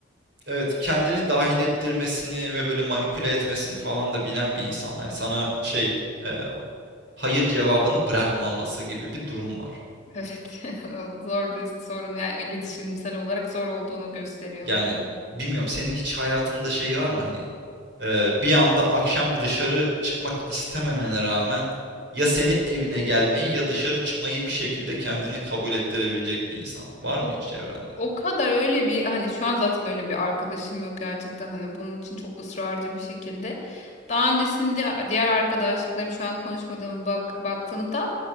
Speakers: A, on the right; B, on the left.
A: evet kendini dahil ettirmesini ve böyle manipüle etmesini falan da bilen bir insan hani sana şey e, hayır cevabını bırakmaması gibi bir durum var
B: <laughs> Evet. Zor bir sorun yani iletişimsel olarak zor olduğunu gösteriyor
A: yani
B: bu durum.
A: bilmiyorum senin hiç hayatında şey var mı hani Ee, bir anda akşam dışarı çıkmak istememene rağmen ya senin evine gelmeyi ya dışarı çıkmayı bir şekilde kendini kabul ettirebilecek bir insan var mı
B: O,
A: hiç
B: o
A: çevrende?
B: o kadar öyle bir hani şu an zaten öyle bir arkadaşım yok gerçekten hani bunun için çok ısrarcı bir şekilde. Daha öncesinde diğer arkadaşlıklarım şu an konuşmadığım bak baktığımda